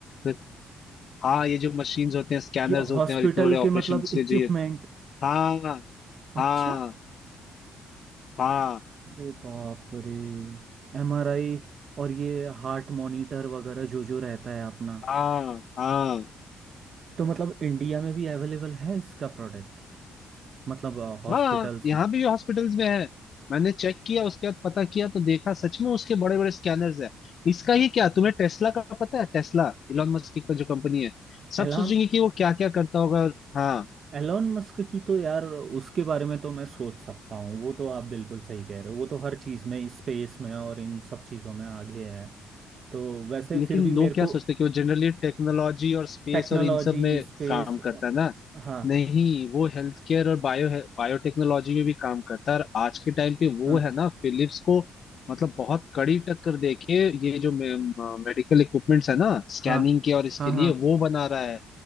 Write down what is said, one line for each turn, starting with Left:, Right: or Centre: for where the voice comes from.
Left: तो हाँ ये जो मशीन्स होते हैं स्कैनर्स
Right: ये हॉस्पिटल
Left: होते हैं और इतने बड़े ऑपरेशन
Right: के मतलब इक्विपमेंट
Left: के जो ये हाँ हाँ
Right: अच्छा
Left: हाँ
Right: अरे बाप रे एमआरआई और ये हार्ट मॉनिटर वगैरह जो जो रहता है अपना
Left: हाँ हाँ
Right: तो मतलब इंडिया में भी अवेलेबल है इसका प्रोडक्ट मतलब हॉस्पिटल्स
Left: हाँ यहाँ
Right: में
Left: भी हॉस्पिटल्स में है मैंने चेक किया उसके बाद पता किया तो देखा सच में उसके बड़े बड़े स्कैनर्स हैं इसका ही क्या तुम्हें टेस्ला का पता है टेस्ला इलॉन मस्क का जो कंपनी है सब
Right: एलॉन
Left: सोचेंगे कि वो क्या क्या करता होगा और हाँ
Right: एलॉन मस्क की तो यार उसके बारे में तो मैं सोच सकता हूँ वो तो आप बिल्कुल सही कह रहे हो वो तो हर चीज़ में स्पेस में और इन सब चीज़ों में आगे है तो वैसे
Left: लेकिन
Right: फिर भी
Left: लोग
Right: मेरे
Left: क्या
Right: को
Left: सोचते हैं कि वो जनरली टेक्नोलॉजी और स्पेस
Right: टेक्नोलॉजी
Left: और इन सब में
Right: स्पेस
Left: काम करता है ना
Right: हाँ
Left: नहीं वो हेल्थ केयर और बायो बायोटेक्नोलॉजी में भी काम करता है और आज के टाइम पे वो
Right: हाँ
Left: है ना फिलिप्स को मतलब बहुत कड़ी टक्कर देके ये जो मेडिकल इक्विपमेंट्स है ना स्कैनिंग
Right: हाँ
Left: के और इसके
Right: हाँ हाँ
Left: लिए
Right: हाँ।
Left: वो बना रहा है